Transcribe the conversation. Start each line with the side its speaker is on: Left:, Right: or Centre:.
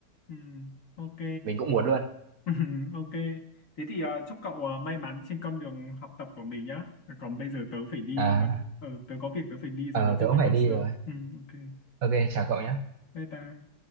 Left: <laughs> ừ. ok
Right: mình cũng muốn luôn
Left: ừ. ok thế thì ờ, chúc cậu ờ, may mắn trên con đường học tập của mình nhá còn bây giờ tớ phải đi
Right: à
Left: rồi ừ tớ có việc tớ phải đi rồi
Right: ờ,
Left: nói chuyện
Right: tớ cũng
Left: với
Right: phải
Left: cậu
Right: đi
Left: sau
Right: rồi
Left: ừ ok
Right: ok chào cậu nhé
Left: Bye bye.